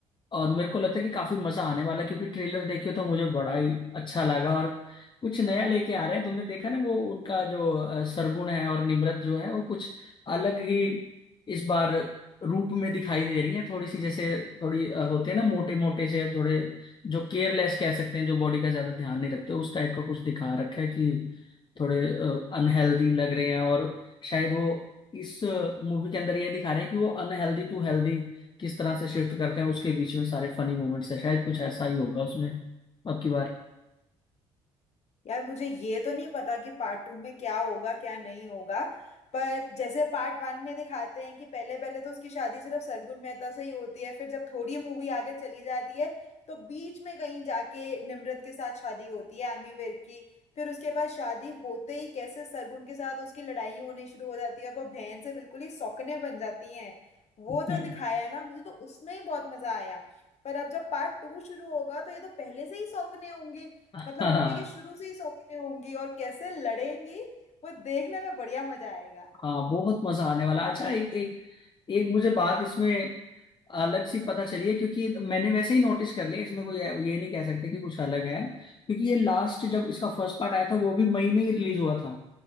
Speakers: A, on the left (about 35°); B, on the left (about 50°).
A: और मेरे को लगता है कि काफी मजा आने वाला है क्योंकि ट्रेलर देखे तो मुझे बड़ा ही अच्छा लगा और कुछ नया लेके आ रहे हैं तुमने देखा ना वो उनका जो अ, सरगुण है और निम्रत जो है वो कुछ अलग ही इस बार रूप में दिखाई दे रही है थोड़ी सी जैसे थोड़ी अ, होते हैं ना मोटे मोटे से थोड़े जो केयरलेस कह सकते हैं जो बॉडी का ज्यादा ध्यान नहीं रखते उस टाइप का कुछ दिखा रखा है कि थोड़े अनहेल्दी लग रहे हैं और शायद वो इस मूवी के अंदर ये दिखा रहे हैं कि वो अनहेल्दी टू हेल्दी किस तरह से शिफ्ट करते हैं उसके बीच में सारे फनी मोमेंट्स है शायद कुछ ऐसा ही होगा उसमें अब की बार
B: यार मुझे ये तो नहीं पता कि पार्ट टू में क्या होगा क्या नहीं होगा पर जैसे पार्ट वन में दिखाते हैं कि पहले पहले तो उसकी शादी सिर्फ सरगुन मेहता से ही होती है फिर जब थोड़ी मूवी आगे चली जाती है तो बीच में कहीं जाके निम्रत के साथ शादी होती है एमी विर्क की फिर उसके बाद शादी होते ही कैसे सरगुन के साथ उसकी लड़ाई होनी शुरू हो जाती है और वो बहन से बिल्कुल ही सौकने बन जाती हैं वो
A: हम्म
B: जो दिखाया है ना मुझे तो उसमें ही बहुत मजा आया पर अब जब पार्ट टू शुरू होगा तो ये तो पहले से ही सौकने होंगी
A: <laughs>
B: मतलब
A: हाँ
B: मूवी के शुरू से ही सौतेली होंगी और कैसे लड़ेंगी वो देखने में बढ़िया मजा आएगा
A: हाँ बहुत मजा आने वाला अच्छा एक एक एक मुझे बात इसमें अलग सी पता चली है क्योंकि मैंने वैसे ही नोटिस कर लिया इसमें कोई ये नहीं कह सकते कि कुछ अलग है क्योंकि ये लास्ट जब इसका फर्स्ट पार्ट आया था वो भी मई में ही रिलीज हुआ था